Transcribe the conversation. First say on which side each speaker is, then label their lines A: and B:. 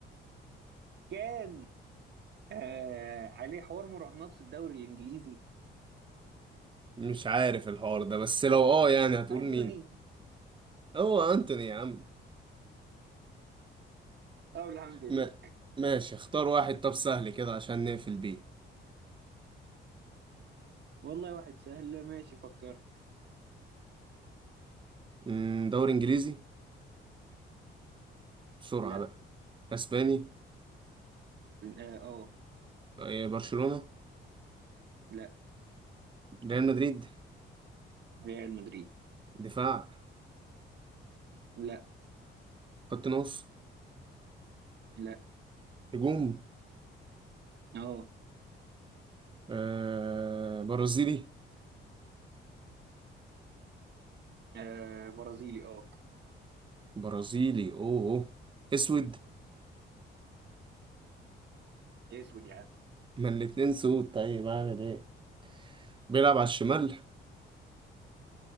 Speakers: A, on the right; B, on the right.
A: كان آه... عليه حوار مراهنات في الدوري الانجليزي
B: مش عارف الحوار ده بس لو اه يعني هتقول
A: انتوني
B: مين هو انتوني يا عم
A: اه الحمد لله
B: ما ماشي اختار واحد طب سهل كده عشان نقفل بيه
A: والله واحد سهل ماشي فكرت
B: أمم، دوري انجليزي بسرعة
A: لا
B: بقى اسباني
A: اه آه،
B: إيه، برشلونة
A: لا
B: ريال مدريد
A: ريال مدريد
B: دفاع
A: لا
B: خط نص
A: لا
B: هجوم
A: اهو
B: آه برازيلي
A: آه برازيلي اه
B: برازيلي اوه أوه. اسود
A: اسود يا عم
B: ما الاتنين سود طيب اعمل ايه بيلعب على الشمال